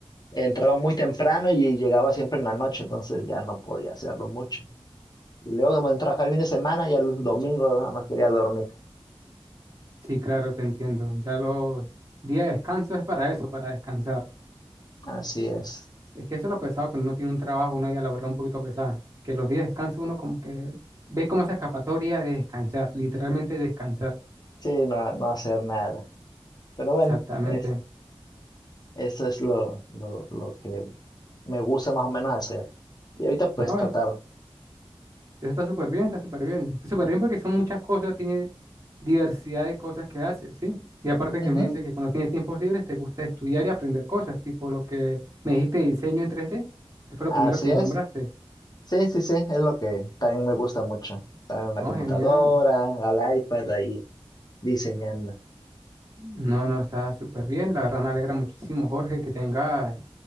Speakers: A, on the left; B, on the right.
A: entraba muy temprano y llegaba siempre en la noche, entonces ya no podía hacerlo mucho. Y luego como en trabajar el fin de semana, ya el domingo nada más quería dormir.
B: Sí, claro, te entiendo. Ya los días de descanso es para eso, para descansar.
A: Así es.
B: Es que eso es lo pesado cuando uno tiene un trabajo, una vida laboral un poquito pesada. Que los días de descanso uno como que ve como esa escapatoria de descansar, literalmente descansar.
A: Sí, no, no hacer nada. Pero bueno,
B: Exactamente.
A: es, eso es lo, lo, lo que me gusta más o menos hacer. Y ahorita pues
B: No,
A: tratar.
B: Eso está súper bien, está súper bien. Está súper bien porque son muchas cosas, tiene diversidad de cosas que haces, ¿sí? Y aparte
A: Ujú,
B: que me dice que cuando tienes tiempos libres te gusta estudiar y aprender cosas, tipo lo que me dijiste de diseño en 3D, que fue lo
A: Así
B: primero que me
A: es.
B: nombraste.
A: Sí, sí, sí, es lo que también me gusta mucho. Estar en la
B: No,
A: computadora,
B: genial.
A: al iPad ahí diseñando.
B: No, no, está súper bien. La verdad me alegra muchísimo, Jorge, que tengas,